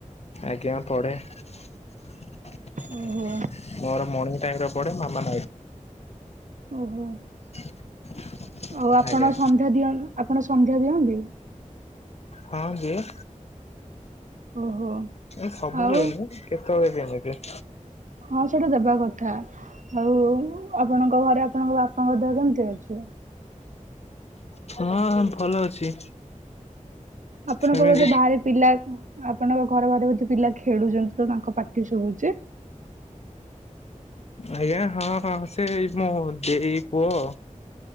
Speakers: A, on the left; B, on the right.
A: ଆଜ୍ଞା ପଢେ। ମୋର
B: ଓହୋ
A: ମର୍ଣିଂ ଟାଇମରେ ପଢେ ମାମା
B: ଓହୋ
A: <unintelligible> <unintelligible>
B: ଆଉ ଆପଣ
A: ଆଜ୍ଞା
B: ସନ୍ଧ୍ୟା ଦିଅ, ଆପଣ ସନ୍ଧ୍ୟା ଦିଅନ୍ତି?
A: ହଁ ଦିଏ।
B: ଓହୋ।
A: ଏ ସବୁବେଳେ
B: ଆଉ
A: ନୁହେଁ କେତେବେଳେ କେମତି।
B: ହଁ ସେଇଟା ଦେବା କଥା, ଆଉ ଆପଣଙ୍କ ଘରେ ଆପଣଙ୍କ ବାପାଙ୍କ ଦେହ କେମିତି ଅଛି?
A: ହଁ ଭଲ ଅଛି।
B: ଆପଣଙ୍କ
A: ସେମିତି।
B: ବୋଧେ ବାହାରେ ପିଲା, ଆପଣଙ୍କ ଘର ବାଟେ ବୋଧେ ପିଲା ଖେଳୁଛନ୍ତି ତ ତାଙ୍କ ପାଟି ଶୁଭୁଛି।
A: ଆଜ୍ଞା ହଁ ହଁ, ସେଇ ମୋ ଦେଇ ପୁଅ